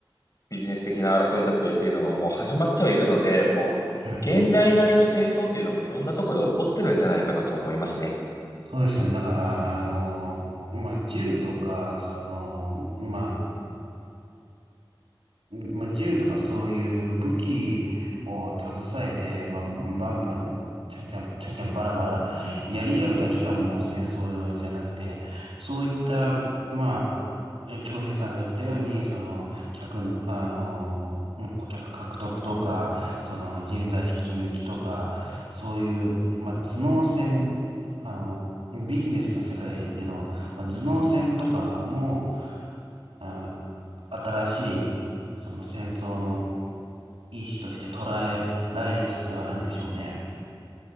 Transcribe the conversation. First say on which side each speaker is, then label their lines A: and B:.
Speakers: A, on the left; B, on the right.
A: ビジネス的な争いだったりっていうのももう始まってはいるので、もう現代なりの戦争っていうのもいろんなところで起こってるんじゃないかなと思いますね。
B: はい。そうですね。だから、あの、まあ、銃とか、その、まあ、うんまあ、銃とかそういう武器を携えて、まあ、バンバン、ちゃんちゃん、ちゃんちゃんバラバラ、やり合うだけがもう戦争じゃなくて、そういった、まあ、え京平さんが言ったように、その、客の、あの、顧客獲得とか、その、人材引き抜きとか、そういう、まあ、頭脳戦、あの、ビジネスの世界での、まあ、頭脳戦とかも、あ新しい、その戦争の一種として捉えられつつあるんでしょうね。